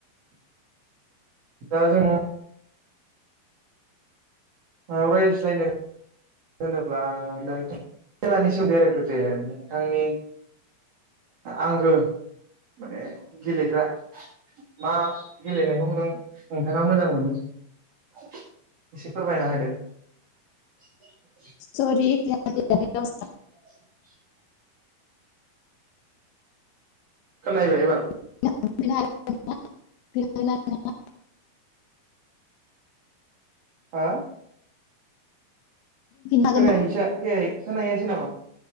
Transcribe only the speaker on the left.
सरि <unintelligible> <unintelligible>
<unintelligible>
हागोन
ना